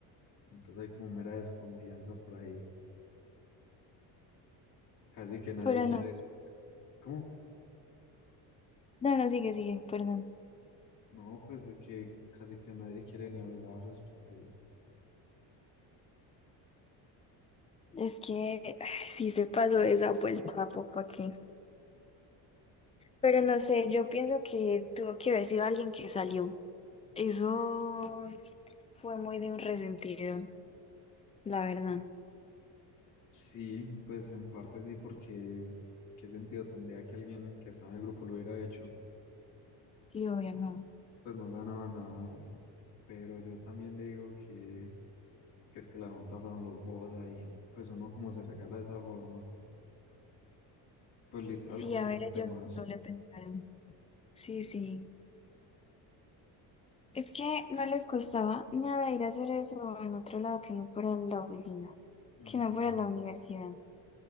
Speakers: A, on the left; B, on the left.
A: entonces hay como mera desconfianza por ahí, casi que nadie
B: Pero
A: quiere,
B: no, sé.
A: ¿cómo?
B: no, no, sigue, sigue, perdón.
A: No, pues de que casi que nadie quiere ni hablar, es lo que digo.
B: Es que ay, sí se pasó de esa vuelta, ¿para qué? Pero no sé, yo pienso que tuvo que haber sido alguien que salió. Eso fue muy de un resentido, la verdad.
A: Sí, pues en parte sí, porque ¿qué sentido tendría que alguien que está en el grupo lo hubiera hecho?
B: Sí, obvio, no.
A: Pues no ganaba nada. Pero yo también digo que, que es que la junta fueron los bobos ahí. Pues uno como se regala de esa forma. Pues literal
B: Sí,
A: confía
B: a ver,
A: en los demás.
B: ellos no le pensaron. Sí, sí. Es que no les costaba nada ir a hacer eso en otro lado que no fuera la oficina,
A: Ujú.
B: que no fuera la universidad,